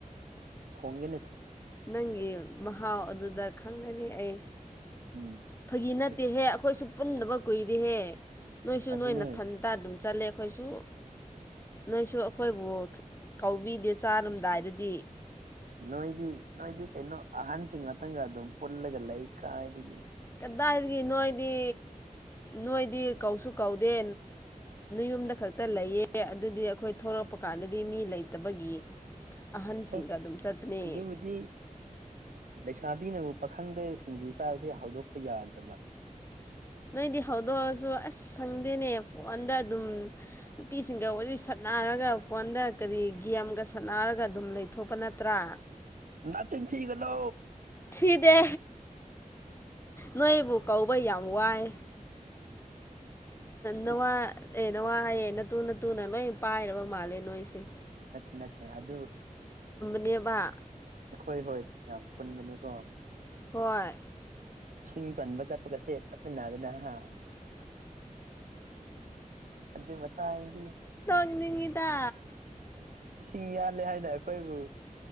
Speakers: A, on the right; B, on the left.
A: ꯐꯣꯡꯅꯤ
B: ꯅꯪꯒꯤ ꯃꯍꯥꯎ ꯑꯗꯨꯗ ꯈꯪꯒꯅꯤ ꯑꯩ
A: ꯎꯝ
B: ꯐꯥꯒꯤ ꯅꯠꯇꯦꯍꯦ
A: ꯑꯁ
B: ꯑꯩꯈꯣꯏꯁꯨ ꯄꯨꯟꯗꯕ ꯀꯨꯏꯔꯦꯍꯦ ꯅꯣꯏꯁꯨ
A: ꯑꯗꯨꯅꯦ
B: ꯅꯣꯏꯅꯊꯟꯇ ꯑꯗꯨꯝ ꯆꯠꯂꯦ ꯑꯩꯈꯣꯏꯁꯨ ꯅꯣꯏꯁꯨ ꯑꯩꯈꯣꯏꯕꯨ
A: ꯑꯁ
B: ꯀꯧꯕꯤꯗꯦ ꯆꯥꯔꯝꯗꯥꯏꯗꯗꯤ
A: ꯅꯣꯏꯗꯤ ꯅꯣꯏꯗꯤ ꯀꯩꯅꯣ ꯑꯍꯟꯁꯤꯡ ꯉꯥꯛꯇꯪꯒ ꯑꯗꯨꯝ ꯄꯨꯜꯂꯒ ꯂꯩ ꯀꯥꯏꯗꯒꯤ
B: ꯀꯗꯥꯏꯗꯒꯤ ꯅꯣꯏꯗꯤ ꯅꯣꯏꯗꯤ ꯀꯧꯁꯨ ꯀꯧꯗꯦ ꯌꯨꯝꯗ ꯈꯛꯇ ꯂꯩꯌꯦ ꯑꯗꯨꯗꯤ ꯑꯩꯈꯣꯏ ꯊꯂꯛꯄ ꯀꯥꯟꯗꯗꯤ ꯃꯤ ꯂꯩꯇꯕꯒꯤ ꯑꯍꯟꯁꯤꯡꯒ
A: ꯑ
B: ꯑꯗꯨꯝ ꯆꯠꯄꯅꯦ
A: ꯑꯗꯨꯕꯨꯗꯤ ꯆꯥꯕꯤꯅꯕ ꯄꯥꯈꯪꯗ ꯁꯤꯡꯖꯨ ꯆꯥꯔꯁꯦ ꯍꯧꯗꯣꯛꯄ ꯌꯥꯗ꯭ꯔꯕ
B: ꯅꯣꯏꯗꯤ ꯍꯧꯗꯣꯛꯑꯔꯁꯨ ꯑꯁ ꯁꯪꯗꯦꯅꯦ ꯐꯣꯟꯗ ꯑꯗꯨꯝ ꯅꯨꯄꯤꯁꯤꯡꯒ ꯋꯥꯔꯤ ꯁ ꯁꯥꯟꯅꯔꯒ ꯐꯣꯟꯗ ꯀꯔꯤ ꯒꯦꯝꯒ ꯁꯥꯟꯅꯔꯒ ꯑꯗꯨꯝ ꯂꯩꯊꯣꯛꯄ ꯅꯠꯇ꯭ꯔꯥ
A: ꯅꯠꯇꯤꯟ ꯊꯒꯗꯣ
B: ꯊꯤꯗꯦ ꯅꯣꯏꯕꯨ ꯀꯧꯕ ꯌꯥꯝ ꯋꯥꯏ ꯅꯋꯥ
A: ꯑꯁ
B: ꯑꯦ ꯅꯋꯥ ꯍꯥꯏꯌꯦꯦ ꯅ ꯇꯨꯅ ꯇꯨꯅ ꯂꯣꯏ ꯄꯥꯏꯔꯕ ꯃꯥꯜꯂꯦ ꯅꯣꯏꯁꯦ
A: ꯃꯠꯇꯦ ꯅꯠꯇꯦ ꯑꯗꯨ ꯑꯗꯨ
B: ꯗꯦꯕ
A: ꯑꯩꯈꯣꯏ ꯍꯣꯏ ꯌꯥꯝ ꯄꯨꯟꯕꯅꯤꯀꯣ
B: ꯍꯣꯏ
A: ꯁꯤꯡ ꯆꯟꯕ ꯆꯠꯄꯒꯁꯦ ꯆꯠꯃꯤꯟꯅꯗꯅ ꯑ ꯑꯗꯨ ꯃꯇꯥꯡ ꯍꯥꯏꯗꯤ
B: ꯆꯂꯤꯗ
A: ꯁꯤꯡ ꯌꯥꯜꯂꯦ ꯍꯥꯏꯅ ꯑꯩꯈꯣꯏꯕꯨ